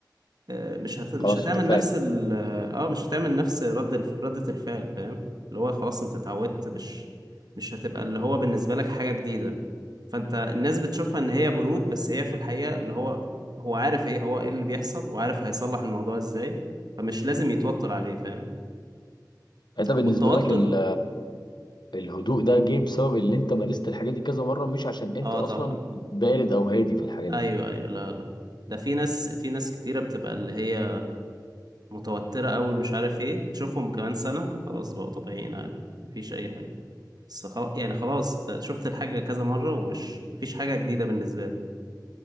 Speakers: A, on the right; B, on the left.
A: آه، مش هت... مش
B: خلاص
A: هتعمل
B: أنت فاهم
A: نفس ال اه مش هتعمل نفس رد الف... ردة الفعل فاهم اللي هو خلاص انت اتعودت مش مش هتبقى اللي هو بالنسبة لك حاجة جديدة فانت الناس بتشوفها ان هي برود بس هي في الحقيقة اللي هو هو عارف ايه هو ايه اللي بيحصل وعارف هيصلح الموضوع ازاي فمش لازم يتوتر عليه فاهم
B: أنت بالنسبة
A: والتوتر
B: لك ال- الهدوء ده جه بسبب اللي أنت مارست الحاجات دي كذا مرة مش عشان أنت
A: اه
B: أصلا
A: طبعا
B: بارد أو هادي في الحاجات
A: ايوه
B: دي
A: ايوه لا لا ده في ناس في ناس كتيرة بتبقى اللي هي متوترة قوي مش عارف ايه تشوفهم كمان سنة خلاص بقوا طبيعيين عادي مفيش اي حاجة بس خلاص يعني خلاص أنت شفت الحاجة كذا مرة ومش مفيش حاجة جديدة بالنسبة لك